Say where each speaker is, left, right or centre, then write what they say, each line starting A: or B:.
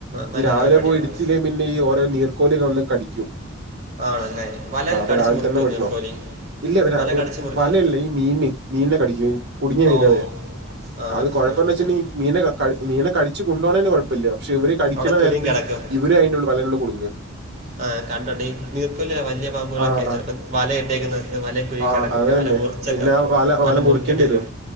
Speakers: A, on the right; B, on the right.
A: നല്ലൊരു
B: ഈ രാവിലെ
A: പരിപാടിയാണത്
B: പോയി എടുത്തില്ലേ പിന്നെ ഈ ഓരോ നീർക്കോലി വന്ന് കടിക്കും
A: ആണല്ലേ വല
B: ആ അപ്പൊ
A: കടിച്ചു
B: രാവിലെ
A: മുറിക്കു
B: തന്നെ എടുക്കണോ
A: നീർക്കോലി
B: ഇല്ല
A: വല കടിച്ചു മുറിക്കോ
B: വലയില്ല ഈ മീന് മീനിനെ കടിക്കു കുടുങ്ങിയ
A: ഓ
B: മീനുകളള
A: ആ
B: അത്
A: മനസ്സിലായി
B: കൊഴപ്പംന്ന്
A: മനസ്സിലായി
B: വെച്ചിട്ടണ്ടെങ്ക മീന മീനെടിച്ചച്ച് കൊണ്ടുോണേലും കൊഴപ്പമില്ലോ പക്ഷെ ഇവര് കടിക്കണ
A: അവിടെ കുരുങ്ങി
B: നേരത്ത്
A: കിടക്കും
B: ഇവര് അന്റെുള്ള വലകളിൽ കുടുകുന്നത്
A: ആ കണ്ടുണ്ട് ഈ നീർക്കൊല്ല വലിയ പാമ്പുകളൊക്കെയ
B: ആ ആ
A: ചിലപ്പോം വല ഇട്ടേക്കുന്നത് വല കുരുങ്ങി
B: ആ
A: കിടക്കുമ
B: അതന്നെ
A: വല മുറിച്ചൊക്കെ
B: പിന്നെ ആ
A: വല മുറിക്കേണ്ട്
B: മുറിക്കേണ്ടി
A: വരും